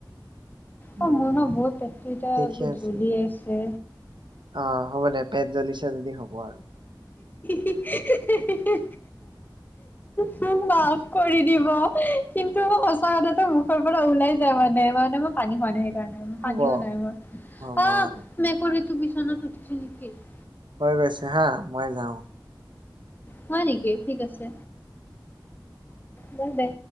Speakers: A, on the left (about 25°); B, on the right (about 70°).
A: অ
B: উম
A: মোৰণ
B: উম
A: বহুত পেত বহুত
B: ঠিকে আছে
A: জ্বলি আছে
B: অ হ'ব দে পেট জ্বলিছে ই যদি হ'ব আৰু
A: হি হি হি হি হে মাফ কৰি দিব কিন্তু সঁচা কথাটো মুখৰ পৰা ওলাই যায় মানে মানে মই পানী খোৱা নাই
B: হ'ব
A: পানীও নাই মই
B: হ'ব
A: অ
B: আৰু
A: মেকুৰীতটো বি <unintelligible>
B: হৈ, গৈছে হা মই যাওঁ।
A: হয় নেকি ঠিক আছে। ব দে